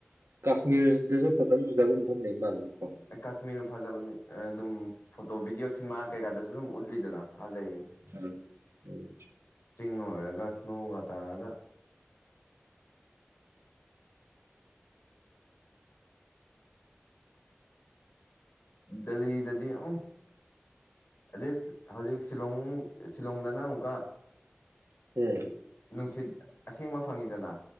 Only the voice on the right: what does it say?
ꯀꯥꯁꯃꯤꯔꯗꯁꯨ ꯐꯖ ꯐꯖꯕ ꯃꯐꯝ ꯂꯩ ꯃꯥꯜꯅꯤ
ꯍ ꯍ
ꯎꯝ